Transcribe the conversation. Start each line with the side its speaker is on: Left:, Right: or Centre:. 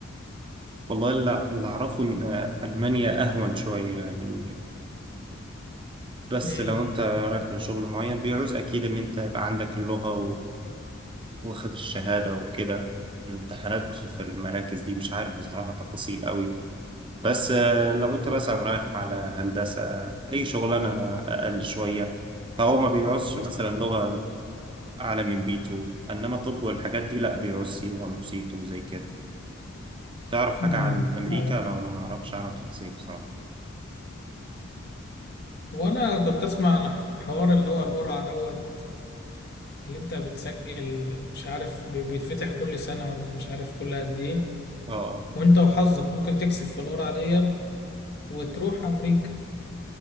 Right: والله اللي اللي اعرفه ان آه، المانيا اهون شوية يعني بس
Left: امم
Right: لو انت رايح لشغل معين بيعوز اكيد ان انت يبقى عندك اللغة واخد الشهادة وكده الامتحانات في المراكز دي مش عارف بصراحة تفاصيل قوي بس آه، لو انت مثلا رايح على هندسة أي شغلانة أقل شوية فهو ما بيعوزش مثلا لغة أعلى من بي 2 إنما طب والحاجات دي لأ بيعوز سي 1 وسي 2 زي كده تعرف حاجة
Left: امم
Right: عن أمريكا
Left: ايوه
Right: أنا ما أعرفش عنها تفاصيل بصراحة
Left: وانا كنت اسمع عن حوار اللي هو القرعه دوت اللي انت بتسجل مش عارف بي- بيتفتح كل سنه ولا مش عارف كل قد ايه
Right: اه اه
Left: وانت وحظك ممكن تكسب في القرعه ديت وتروح امريكا